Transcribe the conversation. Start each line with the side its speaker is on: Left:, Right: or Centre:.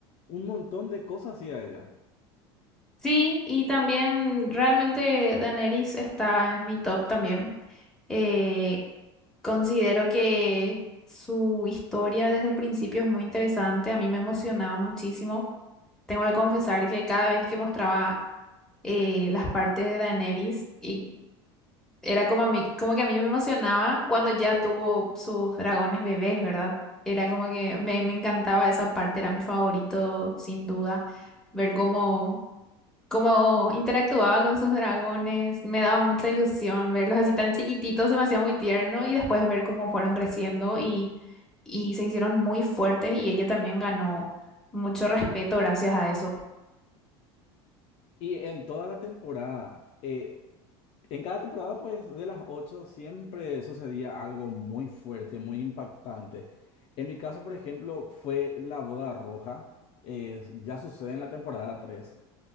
Left: un montón de cosas hacía ella.
Centre: Sí, y también realmente Daenerys está en mi top también. Eh, considero que su historia desde el principio es muy interesante, a mí me emocionaba muchísimo. Tengo que confesar que cada vez que mostraba eh, las partes de Daenerys, y era como, a mí, como que a mí me emocionaba cuando ya tuvo sus dragones bebés, ¿verdad? Era como que me, me encantaba esa parte, era mi favorito, sin duda, ver cómo... Como interactuaba con sus dragones, me daba mucha ilusión verlos así tan chiquititos, se me hacía muy tierno y después ver cómo fueron creciendo y, y se hicieron muy fuertes y ella también ganó mucho respeto gracias a eso.
Left: Y en toda la temporada, eh, en cada temporada, pues de las ocho, siempre sucedía algo muy fuerte, muy impactante. En mi caso, por ejemplo, fue la boda roja, eh, ya sucede en la temporada 3